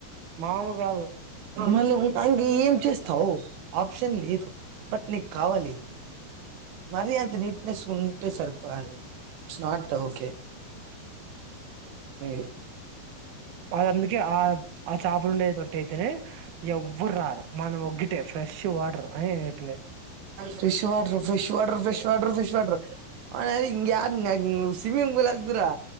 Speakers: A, on the right (about 60°); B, on the right (about 80°).
A: మామూలు కాదు
B: మళ్ళీ ఉమ్ అంగ ఏం చేస్తావు ఆప్షన్ లేదు బట్ నీకు కావాలి మరి అంత నీట్నెస్ ఉంటే సరిపోదండి ఇట్స్ నాట్ ఓకే మీ
A: అదిఅన్దుకే ఆ ఆ చేపలు ఉండే తొట్టి అయితేనే ఎవ్వరు రారు మనం ఒగ్గితే ఫ్రెష్ వాటర్ అని నేను చెప్పినది
B: fresh water fresh water fresh water fresh water ఆనలికి ఇంగా డన నువ్ స్విమ్మింగ్ పూల్ అదిరా